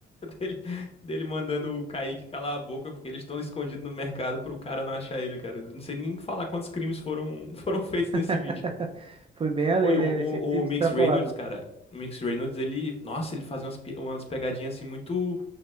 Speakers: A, on the left (about 30°); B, on the right (about 30°).
A: Dele, dele mandando o Kaique calar a boca, porque eles estão escondidos no mercado pro cara não achar ele, cara. Eu Não sei nem falar quantos crimes foram, <laughs> foram feitos nesse
B: <laughs>
A: vídeo.
B: Foi bem além,
A: Pô, e
B: né?
A: o, o,
B: Ele sempre extrapolava.
A: o Mix Reynolds, cara, o Mix Reynolds, ele, nossa, ele fazia umas, pi- umas pegadinhas assim muito,